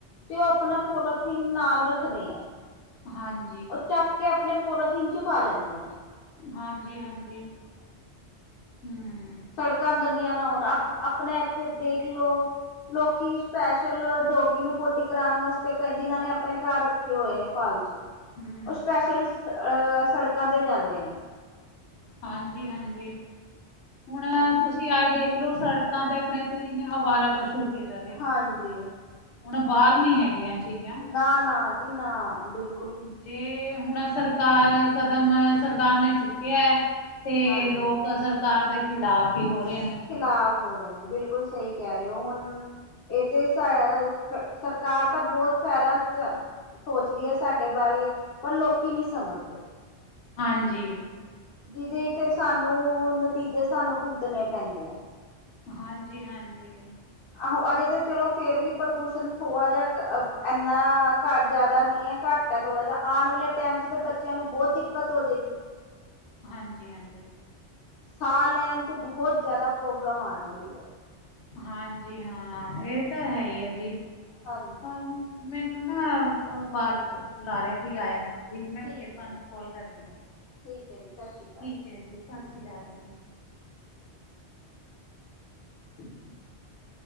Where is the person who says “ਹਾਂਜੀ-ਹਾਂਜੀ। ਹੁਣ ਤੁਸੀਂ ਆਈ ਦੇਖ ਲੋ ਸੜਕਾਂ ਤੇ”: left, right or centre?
Left